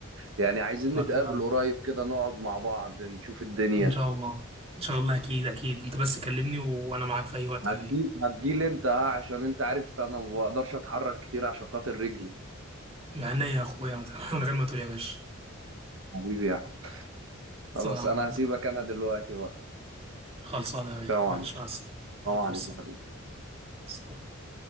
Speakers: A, on the right; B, on the right.
A: ويعني عايزين
B: انا
A: نتقابل
B: أتعب.
A: قريب كده نقعد مع بعض نشوف الدنيا
B: ان شاء الله ان شاء الله اكيد اكيد انت بس كلمني وانا معاك في اي وقت
A: هتجيل
B: يا غالي
A: هتجيل انت ها عشان انت عارف انا ما بقدرش اتحرك كتير عشان خاطر رجلي
B: من عينيا يا اخويا من <laughs> من غير ما تقول يا باشا
A: حبيبي يا أحمد.
B: صلاة
A: خلاص
B: على
A: انا
B: محبوب
A: هسيبك انا دلوقتي بقى
B: خلصانه يا
A: سلام
B: غالي ماشي
A: عليكم
B: مع السلامه عليكم
A: سلام عليكم حبيبي
B: السلام